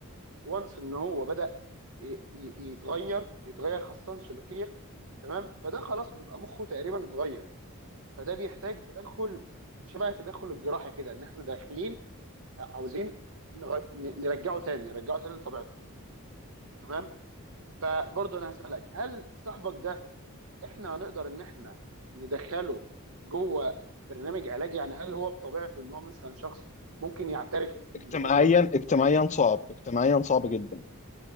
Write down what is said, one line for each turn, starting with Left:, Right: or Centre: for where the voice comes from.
Right: وانس ان هو بدأ ي- ي- يتغير يتغير خاصه سلوكيا تمام فده خلاص بيبقى مخه تقريبا اتغير فده بيحتاج تدخل شبه التدخل الجراحي كده ان احنا داخلين عاوزين نغ- ن- نرجعه تاني نرجعه تاني لطبيعته تمام فبرضه انا هسألك هل صاحبك ده احنا هنقدر ان احنا ندخله جوه برنامج علاجي يعني هل هو بطبيعته ان هو مثلا شخص ممكن يعترف
Left: اجتماعيا
Right: ان هو
Left: اجتماعيا صعب اجتماعيا صعب جدا